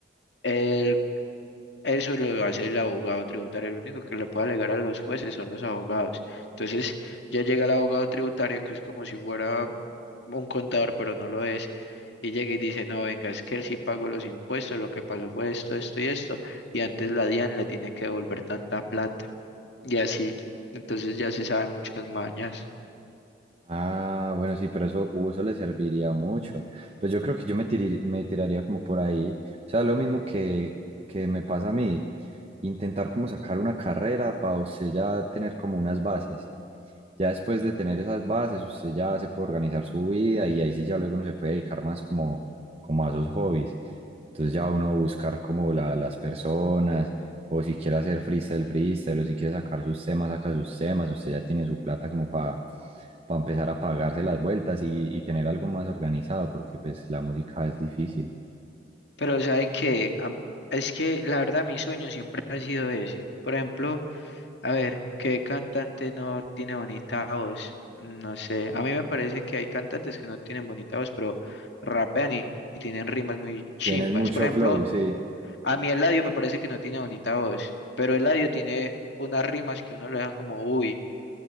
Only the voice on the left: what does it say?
el- eso lo hace el abogado tributario. Lo único que le puede alegar a los jueces son los abogados. Entonces ya llega el abogado tributario, que es como si fuera un contador, pero no lo es, y llega y dice, no, venga, es que él sí pagó los impuestos, lo que pasó fue esto, esto y esto, y antes la DIAN le tiene que devolver tanta plata. Y así, entonces ya se saben muchas mañas.
Pero sabe que a- es que la verdad mi sueño siempre ha sido ese. Por ejemplo, a ver, ¿qué cantante no tiene bonita voz? No sé, a mí me parece que hay cantantes que no tienen bonita voz, pero rapean y, y tienen rimas muy chimbas.
Por ejemplo,
a mí Eladio me parece que no tiene bonita voz, pero Eladio tiene unas rimas que uno lo dejan como, uy,